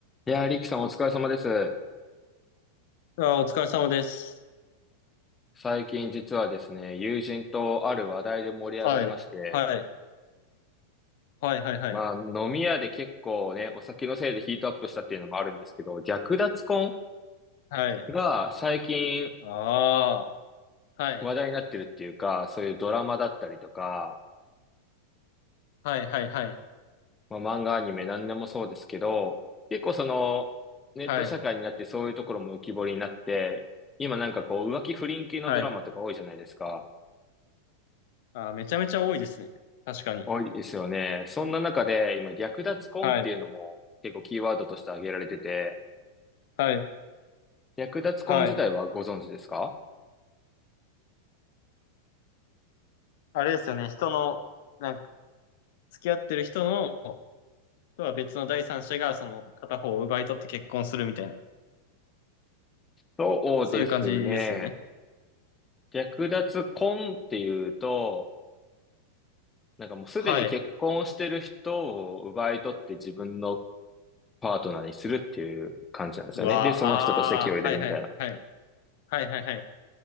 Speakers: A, on the left (about 15°); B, on the left (about 50°).
A: いやー、リキさんお疲れ様です。
B: あー、お疲れ様です。
A: 最近実はですね、友人とある話題で盛り上がりまして、
B: はい。はい。はい、はい、はい。
A: まあ飲み屋で結構ね、お酒のせいでヒートアップしたっていうのもあるんですけど、略奪婚
B: はい。
A: が最近
B: ああ、はい。
A: 話題になってるっていうか、そういうドラマだったりとか、
B: はい、はい、はい。
A: まあ漫画アニメ何でもそうですけど、結構そのネット社会になってそういうところも浮き彫りになって、
B: はい。
A: 今なんかこう浮気不倫系のドラマとか多いじゃないですか。
B: はい。ああ、めちゃめちゃ多いですね。確かに。
A: 多いですよね。そんな中で、今、略奪婚っていうのも結構キーワードとして挙げられてて、
B: はい。はい。
A: 略奪婚自体はご存知ですか
B: はい。あれですよね。人の、なんか、付き合ってる人の、とは別の第三者が、その、片方を奪い取って結婚するみたいな。
A: そうですね。
B: そういう感じですよね。
A: 略奪婚っていうと、なんかもうすでに結婚してる人を奪い取って自分の
B: はい。
A: パートナーにするっていう感じなんですよね。
B: うわあ、
A: で、その人と籍を入れるみたいな。
B: ああ、はい、はい、はい。はい、はい、はい。